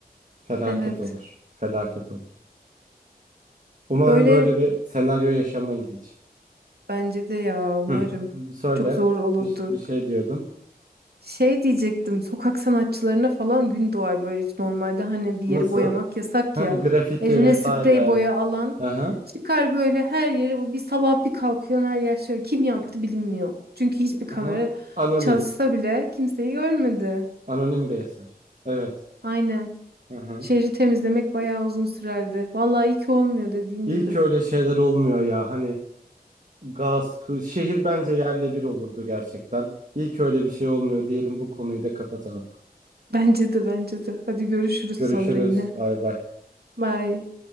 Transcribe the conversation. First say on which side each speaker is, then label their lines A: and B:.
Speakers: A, on the right; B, on the right.
A: Felaket
B: Evet.
A: olur. Felaket olur. Umarım
B: Böyle
A: böyle bir senaryo yaşamayız hiç.
B: bence de ya umarım.
A: Hı. Söyle
B: Çok zor olurdu.
A: bir, ş- bir şey diyordun.
B: Şey diyecektim, sokak sanatçılarına falan gün doğar böyle. Normalde hani bir
A: Nasıl?
B: yeri boyamak yasak
A: Hı,
B: ya.
A: grafiti
B: Eline
A: vesaire.
B: sprey boya alan
A: Aha.
B: çıkar böyle her yeri bu bir sabah bir kalkıyor her yer şey. Kim yaptı bilinmiyor. Çünkü hiçbir kamera
A: Aha. Anonim.
B: çalışsa bile kimseyi görmedi.
A: Anonim bir eser. Evet.
B: Aynen.
A: Hı hı.
B: Şehri temizlemek bayağı uzun sürerdi. Vallahi iyi ki olmuyor dediğin
A: İyi
B: gibi.
A: ki öyle şeyler olmuyor ya. Hani gasp, hır- şehir bence yerle bir olurdu gerçekten. İyi ki öyle bir şey olmuyor diyelim bu konuyu da kapatalım.
B: <laughs> Bence de bence de. Hadi görüşürüz
A: Görüşürüz.
B: sonra yine.
A: Bay bay.
B: Bye.